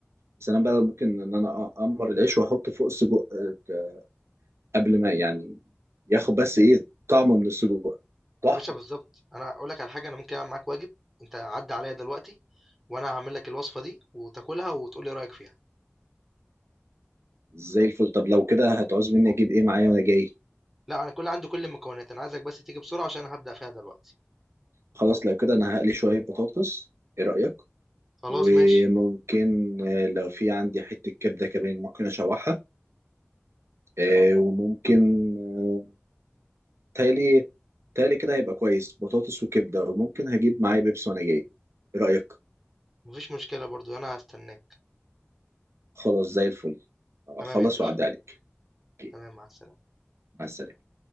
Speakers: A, on the right; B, in the centre.
A: سلام بقى ممكن ان انا اقمر العيش واحط فوق السجق آه، قبل ما يعني ياخد بس ايه طعمه من السجق تحفة
B: يا باشا بالظبط انا اقول لك على حاجه انا ممكن اعمل معاك واجب انت عدى عليا دلوقتي وانا هعمل لك الوصفه دي وتاكلها وتقول لي رايك فيها
A: زي الفل طب لو كده هتعوز مني اجيب ايه معايا وانا جاي
B: لا انا كل عندي كل المكونات انا عايزك بس تيجي بسرعة عشان أنا هبدأ فيها دلوقتي
A: خلاص لو كده انا هقلي شوية بطاطس ايه رأيك
B: خلاص
A: وممكن
B: ماشي
A: آه، لو في عندي حتة كبدة كمان ممكن اشوحها آه، وممكن آه، تالي تالي كده هيبقى كويس بطاطس وكبدة وممكن هجيب معايا بيبس وانا جاي ايه رأيك
B: مفيش مشكلة برضو انا هستناك
A: خلاص زي الفل آه،
B: تمام
A: خلاص
B: يا باشا
A: وعدي عليك أوكي،
B: تمام مع السلامة
A: مع السلامة